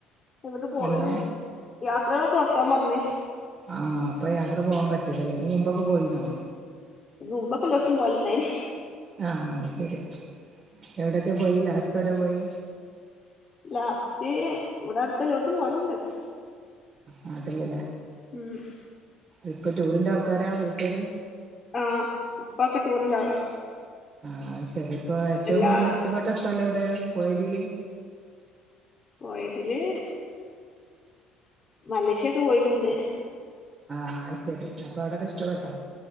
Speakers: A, on the left; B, on the right.
A: എങ്ങോട്ടും പോകല്
B: എങ്ങനെ
A: ഒന്നുല്ല യാത്രകള് കൊറക്കാൻ പറഞ്ഞേ
B: ആഹ് അപ്പൊ യാത്ര പോവാൻ പറ്റൂലല്ലേ അയിന് മുമ്പൊക്കാ പോയിനോ
A: മുമ്പൊക്കെ എല്ലാടത്തും പോവലിണ്ടായിനു
B: ആഹ് ശരി എവിടെക്കെ പോയി ലാസ്റ്റ് എവ്ടെ പോയി
A: ലാസ്റ്റ് ഇവിടെ അടുത്തെല്ലോട്ടും പോവല്ണ്ട്
B: നാട്ടില്ലല്ലേ
A: ഉം
B: ഇപ്പൊ ടൂറിന്റെ ആൾക്കാരാ വീട്ടര്
A: ആഹ് ഉപ്പക്കെ ടൂറിന്റെ ആളാ
B: ആഹ് ശെരിപ്പ ഏറ്റവും
A: എല്ലാ
B: കൂടുതൽ ഇഷ്ടപ്പെട്ട സ്ഥലം എവിടെ പോയതില്
A: പോയതില് മലേഷ്യ ഒക്കെ പോയിട്ടുണ്ട്
B: ആഹ് ശെരി അപ്പൊ അവിടക്ക ഇഷ്ടപ്പെട്ടോ